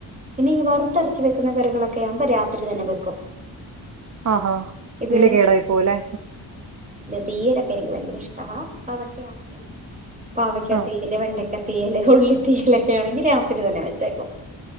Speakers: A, on the right; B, on the right.
A: പിന്നെ ഈ വറുത്തരച്ച് വെക്കുന്ന കറികളൊക്കെ- ആവുമ്പോ രാത്രി തന്നെ വെക്കും
B: ആ ആ
A: ഇപ്പൊ
B: ഇല്ലേ കേടായി പോകും ഇല്ലേ
A: തീയാലൊക്കെ എനിക്ക് ഭയങ്കര ഇഷ്ടമാണ് അപ്പൊ അതൊക്കെയാണെങ്കിൽ- പാവക്കാത്തിയാൽ
B: ആഹ്.
A: വെണ്ടെ ക്കെ തീയൽ ഉള്ളി തീയലൊക്കെ ആണെങ്കി രാത്രി തന്നെ വെച്ചേക്കും